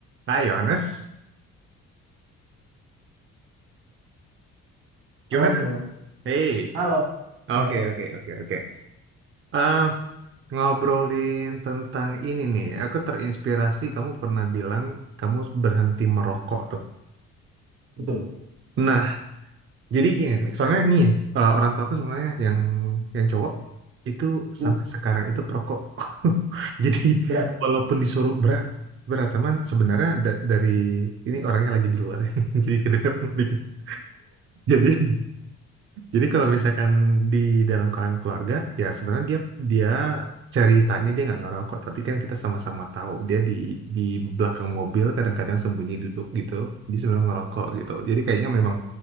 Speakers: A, on the right; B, on the right.
A: Hai Yohanes,
B: Halo
A: Yohanes,
B: Mas Yoma.
A: hey,
B: Halo.
A: oke
B: Hai, hai,
A: oke
B: hai. hai.
A: oke oke. Eh, ngobrolin tentang ini nih, aku terinspirasi kamu pernah bilang kamu berhenti merokok tuh.
B: Betul.
A: Nah, jadi gini, nih, soalnya nih eh, orang tua aku sebenarnya yang yang cowok itu
B: Hmm,
A: sampai sekarang itu perokok. <laughs> Jadi
B: berat.
A: walaupun disuruh berat berat teman sebenarnya da- dari ini orangnya lagi di luar, <laughs> jadi kedengeran dikit. Jadi Jadi kalau misalkan di dalam kalangan keluarga, ya sebenarnya dia dia ceritanya dia nggak ngerokok, tapi kan kita sama-sama tahu dia di di belakang mobil kadang-kadang sembunyi duduk gitu, dia sebenarnya ngerokok gitu. Jadi kayaknya memang